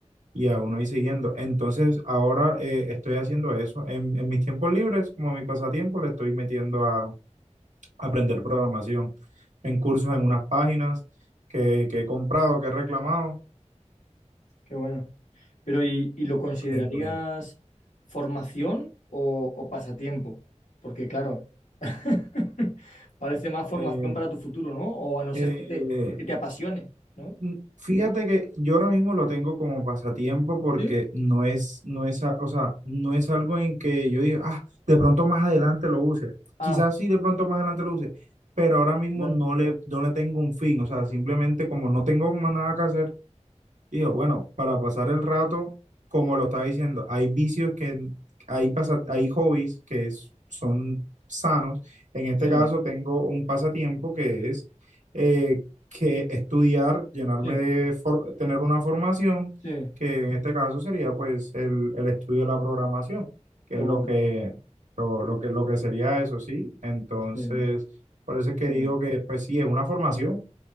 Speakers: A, on the right (about 80°); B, on the left (about 80°).
A: y a uno ir siguiendo. Entonces, ahora eh, estoy haciendo eso. En, en mis tiempos libres, como mi pasatiempo, le estoy metiendo a aprender programación en cursos en unas páginas que, que he comprado, que he reclamado.
B: qué bueno. Pero ¿y, y lo considerarías
A: Tengo ahí.
B: formación o, o pasatiempo? Porque claro, <laughs> parece más formación
A: Eh,
B: para tu futuro, ¿no? O a no
A: eh,
B: ser que te, que te apasione, ¿no?
A: Mm, Fíjate que yo ahora mismo lo tengo como pasatiempo porque
B: Sí,
A: no es, no es, a- o sea, no es algo en que yo diga, ah, de pronto más adelante lo use.
B: Ah,
A: Quizás sí, de pronto más adelante lo use, pero ahora mismo
B: ya.
A: no le, no le tengo un fin. O sea, simplemente como no tengo más nada que hacer, digo bueno, para pasar el rato, como lo estaba diciendo, hay vicios que, hay, pasa- hay hobbies que es- son sanos. En este
B: Sí,
A: caso tengo un pasatiempo que es eh, que estudiar, llenarme
B: sí,
A: de, for- tener una formación,
B: sí,
A: que en este caso sería pues el, el estudio de la programación, que
B: qué
A: es
B: bueno,
A: lo que, lo, lo que, lo que sería eso, ¿sí? Entonces,
B: sí,
A: por eso es que
B: qué
A: digo
B: bueno,
A: que pues sí, es una formación